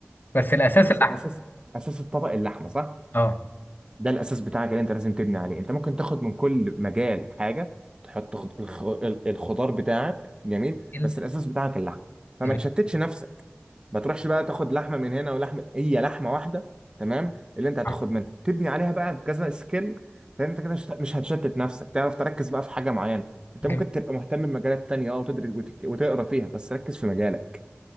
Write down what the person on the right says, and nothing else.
بس
اساس اساس الطبق اللحمه صح
ده الاساس بتاعك اللي انت لازم تبني عليه انت ممكن تاخد من كل مجال حاجه تحط خض- الخ- الخضار بتاعك جميل
بس الاساس بتاعك اللحمه فما
تشتتش نفسك ما تروحش بقى تاخد لحمه من هنا ولحمه هي لحمه واحده تمام اللي انت هتاخد
منها تبني عليها بقى كذا سكيل فانت كده مش مش هتشتت نفسك تعرف تركز بقى في حاجه معينه انت
ممكن تبقى مهتم بمجالات تانية اه وتدرس وتك- وتقرا فيها بس ركز في مجالك